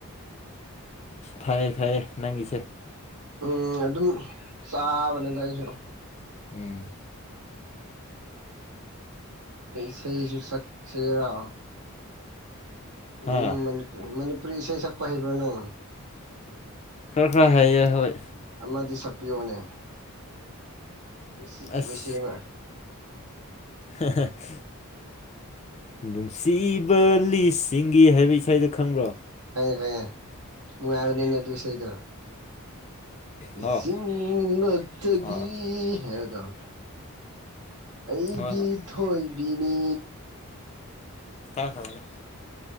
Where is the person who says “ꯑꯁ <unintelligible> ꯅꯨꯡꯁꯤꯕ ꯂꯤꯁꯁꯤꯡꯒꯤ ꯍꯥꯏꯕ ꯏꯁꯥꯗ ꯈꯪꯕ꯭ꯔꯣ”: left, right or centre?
Left